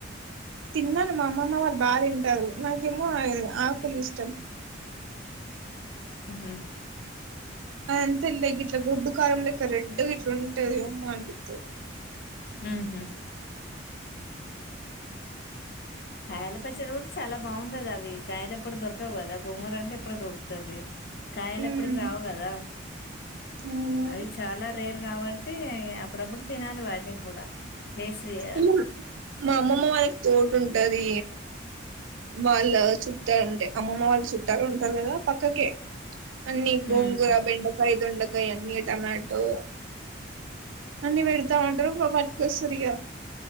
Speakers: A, on the right; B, on the left.
A: తిన్నాను మా అమ్మమ్మ వాళ్ళు బాగా తింటారు నాకేమో ఆకులు ది ఇష్టం
B: ఉహు
A: అది అంత ఇల్లే గిట్లా గుడ్ కారం లే కరెడ్ కట్లంటద మాంపితే
B: ఆహమ్ కాయల పచ్చడి కూడా చాలా బాగుంటది అవి కాయలు ఎప్పుడు దొరకవు కదా గుంగర అంటే ఎప్పుడ దొరుకుతుది కాయలప్పటికి
A: ఉమ్
B: రావు కదా
A: అవును
B: అవి చాలా రే కాబట్టి అప్పుడప్పుడు తినాలి వాడ్డి కూడా టేస్ట్ చేయాలి
A: ఇక మా అమ్మమ్మ వాళ్ళకి తోట ఉంటది వాళ్ళ చుట్టాలు ఉంటే అమ్మమ్మ వాళ్ళు చుట్టాలు ఉంటారు కదా పక్కకే అన్ని
B: మ్మ్
A: గోంగుర బెండ పైదుండకాయ ఎన్నీ టొమాటో అన్ని పెడతా ఉంటారు సరిగా